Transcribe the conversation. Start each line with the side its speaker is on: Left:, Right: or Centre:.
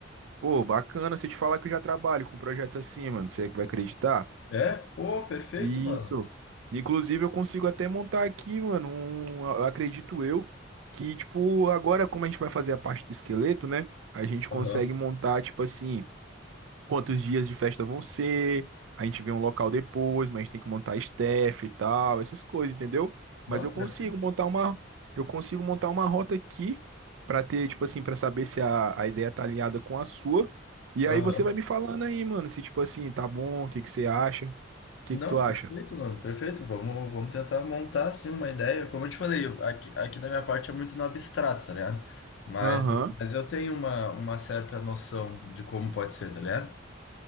Right: Pô, bacana, se eu te falar que eu já trabalho com um projeto assim, mano, você que vai acreditar?
Left: É? Pô, perfeito,
Right: Isso.
Left: mano.
Right: Inclusive, eu consigo até montar aqui, mano, um, eu acredito eu, que, tipo, agora como a gente vai fazer a parte do esqueleto, né? A gente consegue
Left: Aham.
Right: montar, tipo assim quantos dias de festa vão ser, a gente vê um local depois, mas a gente tem que montar staff e tal, essas coisas, entendeu?
Left: Não,
Right: Mas eu consigo
Left: perfeito.
Right: montar uma, eu consigo montar uma rota aqui pra ter, tipo assim, pra saber se a, a ideia tá alinhada com a sua. E
Left: Aham.
Right: aí você vai me falando aí, mano, se tipo assim, tá bom, o que que você acha? O que
Left: Não,
Right: que tu acha?
Left: perfeito, mano, perfeito. Vamos, vamos tentar montar assim uma ideia. Como eu te falei, eu- aqui, aqui da minha parte é muito no abstrato, tá ligado? Mas,
Right: Aham,
Left: mas eu tenho uma, uma certa noção de como pode ser, tá ligado?